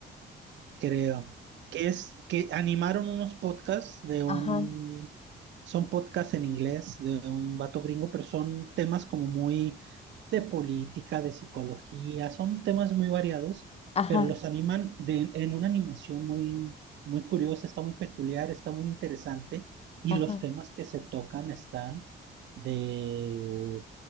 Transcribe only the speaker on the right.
creo, que es que animaron unos podcasts de un,
son podcasts en inglés de un vato gringo, pero son temas como muy de política, de psicología, son temas muy variados,
pero los animan de, en una animación muy, muy curiosa, está muy peculiar, está muy interesante, y
los temas que se tocan están de...